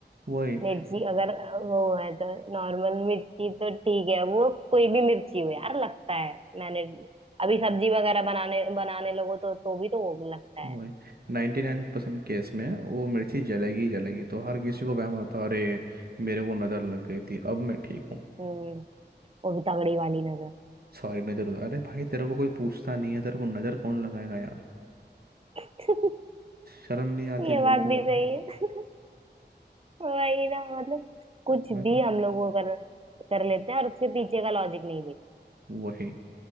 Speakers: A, on the right (about 60°); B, on the right (about 35°).
A: वही
B: मिर्ची अगर वो है तो नॉर्मल मिर्ची तो ठीक है वो कोई भी मिर्ची हो यार लगता है मैंने अभी सब्जी वगैरह बनाने बनाने लगो तो तो भी तो वो लगता है
A: वही नाइन्टी नाइन परसेंट केस में वो मिर्ची जलेगी ही जलेगी तो हर किसी को वहम होता है अरे मेरे को नज़र लग गई थी अब मैं ठीक हूँ
B: हम्म वो भी तगड़ी वाली नजर
A: सारी नज़र उतार अरे भाई तेरे को कोई पूछता नहीं है तेरे को नज़र कौन लगाएगा यार
B: <laughs>
A: शर्म नहीं आती
B: ये बात
A: बोलते हुए
B: भी सही है वही ना मतलब कुछ
A: मैं
B: भी
A: कहा
B: हम लोग वो कर कर लेते हैं और उसके पीछे का लॉजिक नहीं देखते
A: वही